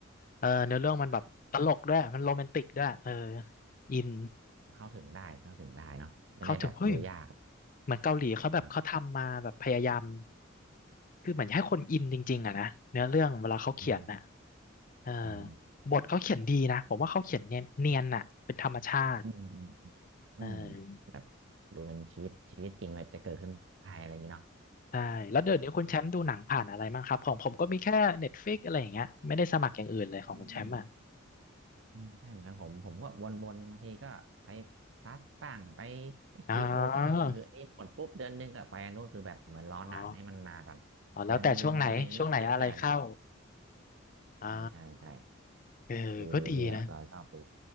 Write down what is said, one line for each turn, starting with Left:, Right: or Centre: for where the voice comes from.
Left: เออเนื้อเรื่องมันแบบตลกด้วยมันโรแมนติกด้วยเอออิน
Right: เข้าถึงได้เข้าถึงได้เนาะไม่ได้แบบดูยาก
Left: เข้าถึงเฮ้ย เหมือนเกาหลีเขาแบบเขาทำมาแบบพยายาม
Right: อืม
Left: คือเหมือนให้คนอินจริงๆอะนะเนื้อเรื่องเวลาเขาเขียนน่ะ
Right: อืม
Left: เออ
Right: อ๋อ
Left: บทเขาเขียนดีนะผมว่าเขาเขียนเนียนเนียนน่ะเป็นธรรมชาติ
Right: อืมอืม
Left: เออ
Right: อืมแบบดูเป็นชีวิตชีวิตจริงแบบจะเกิดขึ้นได้อะไรอย่างนี้เนาะ
Left: ใช่แล้วเดี๋ยวนี้คุณแชมป์ดูหนังผ่านอะไรบ้างครับของผมก็มีแค่
Right: อืม
Left: Netflix อะไรอย่างเงี้ยไม่ได้สมัครอย่างอื่นเลยของคุณแชมป์อ่ะ
Right: อืมอืมอืมใช่เหมือนกันผมผมก็วนๆบางทีก็ไปพลัสบ้างไปเอชบี
Left: อ๋อ
Right: b o บ้างคืออันนี้หมดปุ๊บเดือนหนึงก็ไปอันนู้นคือแบบเหมือนรอหนังให้มันมาก่อนเดือนหนึงอะไรอย่างนี้ค่อยเปลี่ยน
Left: อ๋ออ๋อแล้วแต่ช่วงไหนช่วงไหนอะไรเข้าอ๋อ
Right: ใช่ใช่ใช่
Left: เออก็ดีนะ
Right: ดูดูที่เราเราชอบดู